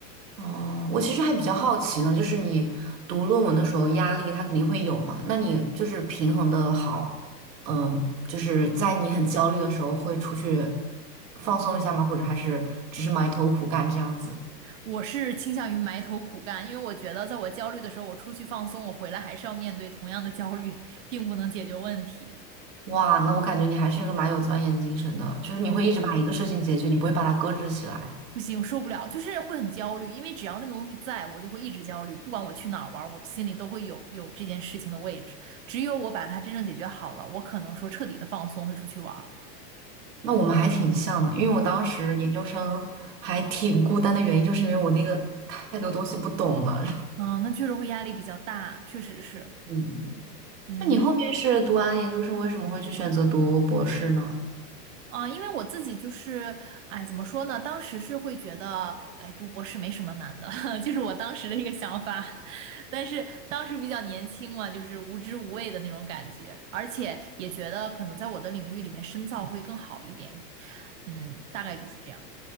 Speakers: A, on the right; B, on the right.
A: 哦，我其实还比较好奇呢，就是你读论文的时候压力它肯定会有嘛，那你就是平衡的好，嗯，就是在你很焦虑的时候会出去放松一下吗？或者还是只是埋头苦干这样子？
B: 我是倾向于埋头苦干，因为我觉得在我焦虑的时候，我出去放松，我回来还是要面对同样的焦虑，并不能解决问题。
A: 哇，那我感觉你还是个蛮有钻研精神的，就是你会一直把一个事情解决，你不会把它搁置起来。
B: 不行，我受不了，就是会很焦虑，因为只要那个东西在，我就会一直焦虑，不管我去哪儿玩儿，我心里都会有有这件事情的位置。只有我把它真正解决好了，我可能说彻底的放松，会出去玩儿。
A: 那我们还挺像的，因为我当时研究生还挺孤单的原因，
B: 对，
A: 就是因为我那个太多东西不懂了。然后
B: 嗯，那确实会压力比较大，确实是。
A: 嗯，
B: 嗯，
A: 那你后面是读完研究生，为什么会去选择读博士呢？
B: 啊，因为我自己就是，哎，怎么说呢？当时是会觉得，哎，读博士没什么难的，<laughs> 就是我当时的一个想法。<laughs> 但是当时比较年轻嘛，就是无知无畏的那种感觉，而且也觉得可能在我的领域里面深造会更好一点。嗯，大概就是这样。